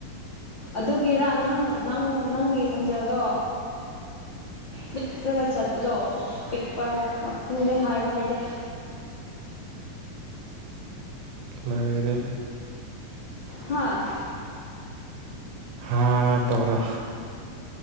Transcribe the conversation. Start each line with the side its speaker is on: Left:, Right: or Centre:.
Left: ꯑꯗꯨꯒꯤꯔꯥ ꯅꯪ ꯅꯪ ꯅꯪꯒꯤ ꯈꯣꯟꯖꯦꯜꯗꯣ ꯄꯤꯛꯈ꯭ꯔꯒ ꯆꯠꯄꯗꯣ ꯄꯤꯛꯄ ꯈꯪꯗꯦ ꯍꯥꯏꯕ ꯍꯩꯇꯦ
Right: ꯂꯥꯏꯔꯦ
Left: ꯍꯥꯥ
Right: ꯍꯥꯥ ꯇꯧꯔꯣ